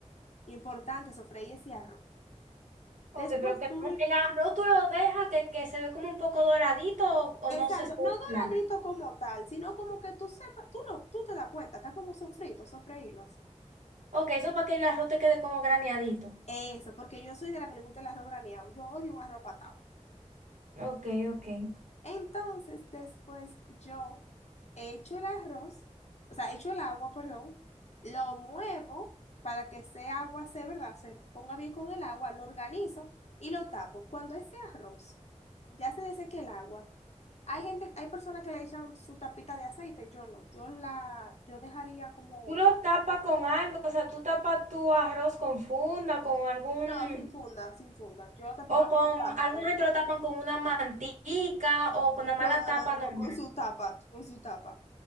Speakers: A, on the left; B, on the right.
A: Importante, sofreír ese arroz.
B: Ok,
A: Después
B: pero que
A: tú, le-
B: el arroz tú lo dejas que, que se ve como un poco doradito o, o
A: exacto,
B: no se esté
A: no doradito
B: blanco.
A: como tal, sino como que tú sepas, tú lo, tú te das cuenta, está como sofrito, sofreírlo. así.
B: Ok, eso es para que el arroz te quede como graneadito.
A: Eso, porque yo soy de la que le gusta el arroz graneado. Yo odio un arroz patado.
B: Ok, ok.
A: Entonces, después yo echo el arroz, o sea, echo el agua, perdón, lo muevo para que ese agua se, ¿verdad? Se ponga bien con el agua, lo organizo y lo tapo. Cuando ese arroz ya se deseque el agua, hay gente, hay personas que le echan su tapita de aceite, yo no, yo la, yo dejaría como,
B: Tú lo tapas con algo, o sea, tú tapas tu arroz con funda, con algún,
A: no, sin funda, sin funda, yo lo tapo con
B: o con,
A: su tapa,
B: alguna
A: normal.
B: gente lo tapan con una mantica o con una mala
A: No, no,
B: tapa
A: no, no,
B: normal.
A: no, con su tapa, con su tapa.